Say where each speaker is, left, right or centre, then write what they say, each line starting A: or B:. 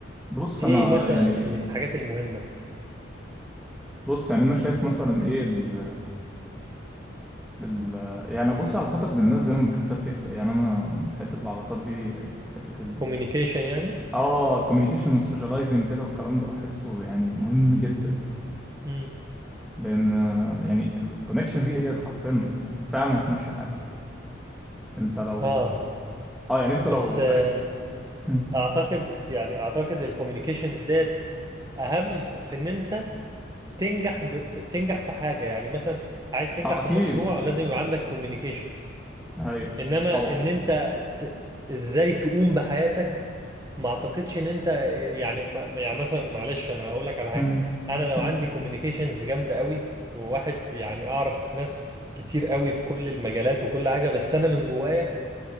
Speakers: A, in the centre; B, on the right.
A: بص
B: ايه
A: انا
B: مثلا
A: يعني
B: من الحاجات المهمه
A: بص يعني انا شايف مثلا ايه ال ال يعني بص علاقاتك بالناس دايما بحسها بتفرق يعني انا حته العلاقات دي حته ال
B: كوميونيكيشن يعني
A: اه الكوميونيكيشن والسوشياليزنج كده والكلام ده بحسه يعني مهم جدا
B: امم
A: لان يعني الكونكشنز دي هي اللي حرفيا فعلا هتمشي حياتك انت لو
B: اه
A: اه يعني انت
B: بس
A: لو
B: آه،
A: عرفت مم.
B: اعتقد يعني اعتقد الكوميونيكيشنز ديت اهم في ان انت تنجح ب... في... تنجح في حاجه يعني مثلا عايز تنجح
A: اه
B: في
A: اكيد
B: مشروع لازم يبقى عندك كوميونيكيشن
A: ايوه
B: انما
A: طبعا
B: ان انت ت... ازاي تقوم بحياتك ما اعتقدش ان انت يعني ما- يعني مثلا معلش انا هقول لك على حاجه
A: مم.
B: انا لو
A: مم.
B: عندي كوميونيكيشنز جامده قوي وواحد يعني اعرف ناس كتير قوي في كل المجالات وكل حاجه بس انا من جوايا